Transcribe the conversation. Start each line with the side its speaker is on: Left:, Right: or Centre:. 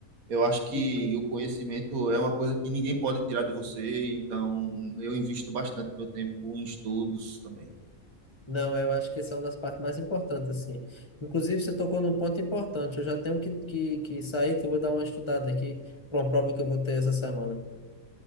Right: Eu acho que
Left: Uhum.
Right: o conhecimento é uma coisa que ninguém pode tirar de você, então eu invisto bastante meu tempo em estudos também.
Left: Não, eu acho que essa é uma das partes mais importantes, assim. Inclusive, você tocou num ponto importante. Eu já tenho que, que, que sair, que eu vou dar uma estudada aqui para uma prova que eu vou ter essa semana.